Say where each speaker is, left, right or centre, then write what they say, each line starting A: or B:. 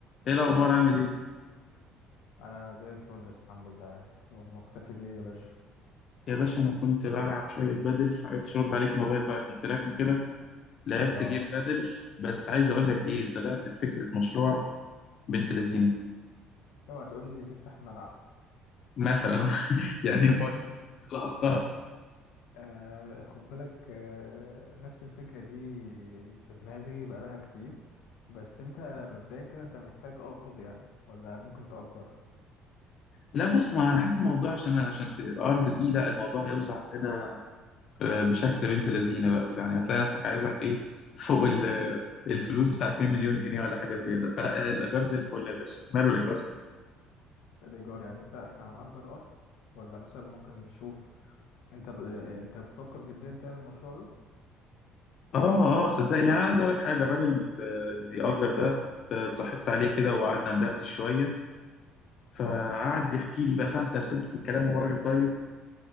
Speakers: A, on the left (about 50°); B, on the left (about 80°).
A: ايه الاخبار عامل ايه
B: انا زي الفل الحمد لله هو مختفي ليه يا باشا
A: يا باشا انا كنت بلعب شويه بدل عرفتش ارد عليك الموبايل بقى كنت راكنه كده لعبت
B: اه
A: جيم بدل بس عايز اقول لك ايه طلعت بفكره مشروع بنت لذينه
B: اوعى تقول لي تفتح ملعب
A: مثلا <laughs> يعني
B: <laughs>
A: هو لقطها
B: آه خد بالك آه نفس الفكرة دي في دماغي بقالها كتير بس انت مبدئيا كده انت محتاج ارض يعني ولا ممكن تأجر
A: لا بص ما انا حاسس الموضوع عشان عشان ت- ارض دي لا الموضوع هيوسع مننا آه، بشكل بنت لذينه بقى يعني هتلاقي نفسك عايز لك ايه <laughs> فوق ال- الفلوس بتاعت 2 مليون جنيه ولا حاجه زياده فلا يعني الايجار زي الفل يا باشا ماله الايجار
B: الايجار يعني انت احنا هنأجر ارض ولا مثلا ممكن نشوف انت ب... آه، انت بتفكر جديا تعمل المشروع ده
A: اه اه صدقني يعني أنا عايز اقول لك حاجه الراجل اللي بيأجر ده آه، اتصاحبت عليه كده وقعدنا ندردش شويه فقعد يحكي لي بقى فاهم سرسبته في الكلام وهو راجل طيب